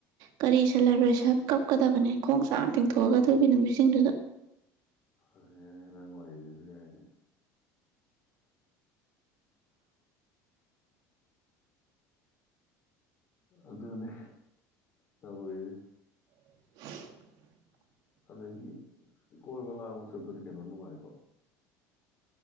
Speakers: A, on the right (about 60°); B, on the left (about 35°).
A: ꯀꯔꯤ ꯁꯦꯂꯦꯕ꯭ꯔꯦꯁꯟ ꯀꯞꯀꯗꯕꯅꯤ ꯈꯣꯡ ꯁꯥꯡ ꯇꯤꯡꯊꯣꯛꯑꯒ ꯑꯗꯨꯒꯤ ꯅꯨꯃꯤꯠꯁꯤꯡꯗꯨꯗ
B: ꯐꯔꯦꯅꯦ ꯅꯪ ꯋꯥꯔꯤꯗꯨꯖꯨ ꯌꯥꯏꯅꯦ ꯑꯗꯨꯅꯦ ꯇꯧꯔꯤꯖꯦ
A: <unintelligible>
B: ꯑꯗꯒꯤ ꯀꯣꯏꯕ ꯂꯥꯡꯕ ꯆꯠꯄꯖꯦ ꯀꯩꯅꯣ ꯅꯨꯡꯉꯥꯏꯀꯣ